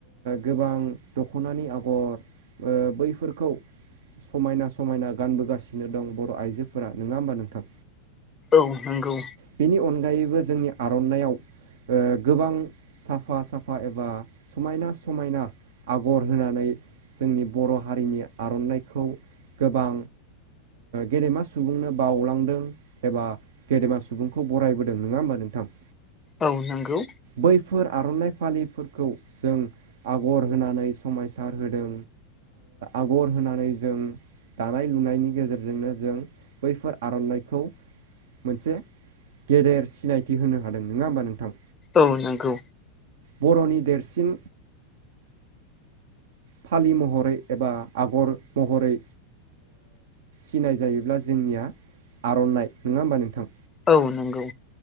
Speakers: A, on the right; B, on the left.
A: गोबां दख'नानि आगर। बैफोरखौ समायना समायना गानबोगासिनो दं बर' आइजोफोरा। नंङा होमबा नोंथां
B: औ नंगौ
A: बेनि अनगायैबो जोंनि आर'नाइ ओ गोबां। साफा साफा एबा समायना समायना आगर होनानै। जोंनि बर' हारिनि आर'नाइखौ गोबां गेदेमा। सुबुंनो बावलांदों एबा गेदेमा सुबुंखौ बरायबोदों नङा होमबा नोंथां।
B: औ नंगौ।
A: बैफोर आर'नाइ फालिफोरखौ जों आगर होनानै समायसार होदों। आगर होनानै जों दानाय लुनायनि गेजेरजोंनो जों। बैफोर आर'नाइखौ। मोनसे गेदेर सिनायथि होनो हादों नङा होमबा नोंथां।
B: औ नंगौ।
A: बर'नि देरसिन। फालि महरै एबा आगर महरै। खिनाय जायोब्ला जोंनिया आर'नाइ नङा होमबा नोंथां।
B: औ नंगौ।